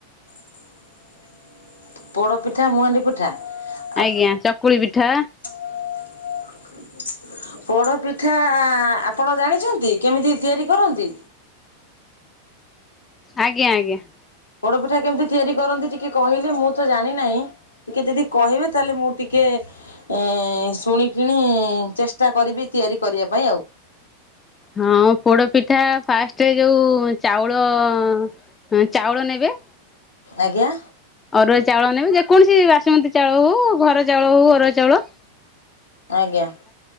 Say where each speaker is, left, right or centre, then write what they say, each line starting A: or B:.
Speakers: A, on the left; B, on the left.
A: <inaudible> ପୋଡ଼ପିଠା ମୁହାଣ୍ଡି ପିଠା
B: ଆଜ୍ଞା
A: ଆପ୍
B: ଚକୁଳି ପିଠା
A: <inaudible> ପୋଡପିଠା ଆପଣ ଜାଣିଛନ୍ତି କେମିତି ତିଆରି କରନ୍ତି?
B: ଆଜ୍ଞା ଆଜ୍ଞା।
A: ପୋଡପିଠା କେମିତି ତିଆରି କରନ୍ତି ଟିକେ କହିଲେ ମୁଁ ତ ଜାଣିନାହିଁ। ଟିକେ ଯଦି କହିବେ ତାହେଲେ ମୁଁ ଟିକେ ଏ ଶୁଣିକିଣି ଚେଷ୍ଟା କରିବି ତିଆରି କରିବା ପାଇଁ ଆଉ
B: ହଁ ପୋଡ଼ପିଠା ଫାଷ୍ଟରେ ଯୋଉ ଚାଉଳ ଚାଉଳ ନେବେ
A: ଆଜ୍ଞା।
B: ଅରୁଆ ଚାଉଳ ନେବେ ଯେକୌଣସି ବାସୁମତୀ ଚାଉଳ ହଉ ଘର ଚାଉଳ ହଉ ଅରୁଆ ଚାଉଳ
A: ଆଜ୍ଞା।